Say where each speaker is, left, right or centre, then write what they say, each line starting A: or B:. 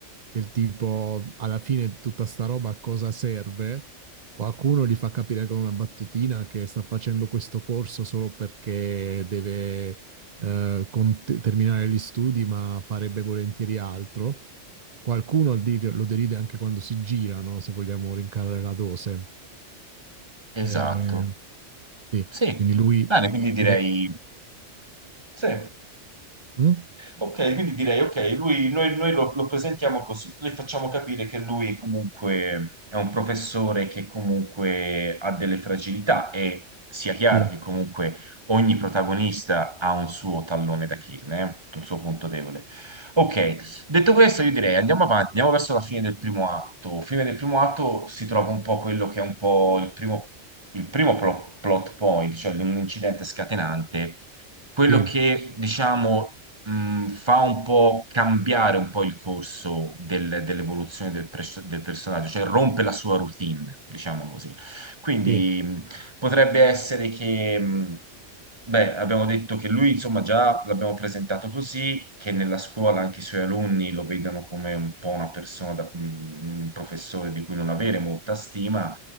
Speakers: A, on the right (about 40°); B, on the right (about 20°).
A: del tipo alla fine tutta sta roba a cosa serve, qualcuno gli fa capire con una battutina che sta facendo questo corso solo perché deve eh, con- terminare gli studi, ma farebbe volentieri altro. Qualcuno al dir- lo deride anche quando si gira, no? Se vogliamo rincarare la dose.
B: Esatto.
A: Eh, sì,
B: Sì.
A: quindi lui...
B: Bene, quindi direi
A: il-
B: Sì.
A: mm?
B: Ok, quindi direi, ok, lui, noi, noi lo, lo presentiamo così, le facciamo capire che lui comunque è un professore che comunque ha delle fragilità e sia chiaro
A: Sì,
B: che comunque ogni protagonista ha un suo tallone d'Achille, eh, un suo punto debole. Ok, detto questo io direi andiamo avanti, andiamo verso la fine del primo atto. Fine del primo atto si trova un po' quello che è un po' il primo, il primo pro- plot point, cioè un incidente scatenante quello
A: sì,
B: che diciamo mh, fa un po' cambiare un po' il corso del- dell'evoluzione del, pres- del personaggio, cioè rompe la sua routine, diciamo così. Quindi
A: sì,
B: mh, potrebbe essere che, mh, beh, abbiamo detto che lui, insomma, già l'abbiamo presentato così, che nella scuola anche i suoi alunni lo vedono come un po' una persona, da- mh, un professore di cui non avere molta stima.